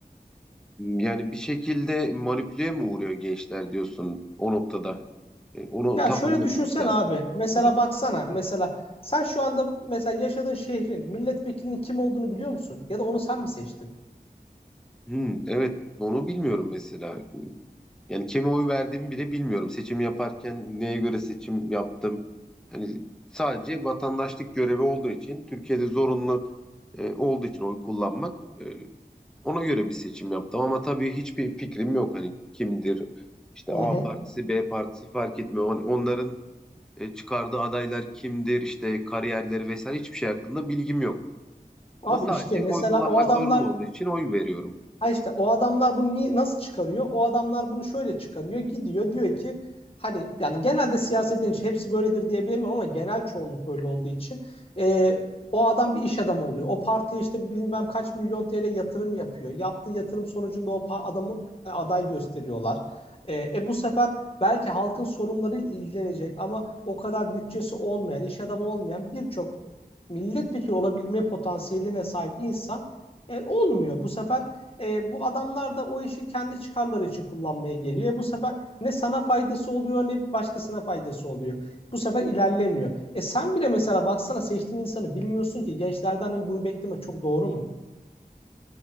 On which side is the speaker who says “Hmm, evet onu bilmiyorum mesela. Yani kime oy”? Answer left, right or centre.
Centre